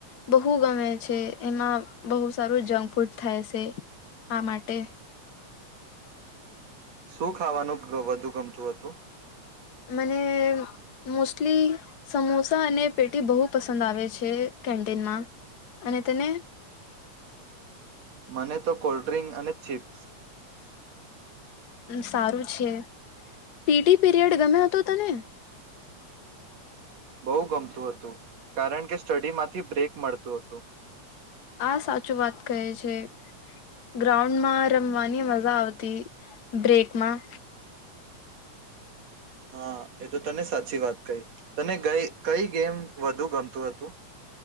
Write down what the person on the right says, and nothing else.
શું ખાવાનું ગ વધુ ગમતું હતું.
મને તો કોલ્ડ્રિંક અને ચીપ
બહુ ગમતું હતું, કારણ કે સ્ટડી માંથી બ્રેક મળતું હતું.
હા એ તો તને સાચી વાત કહી તને ગઈ કંઈ ગેમ વધુ ગમતું હતું.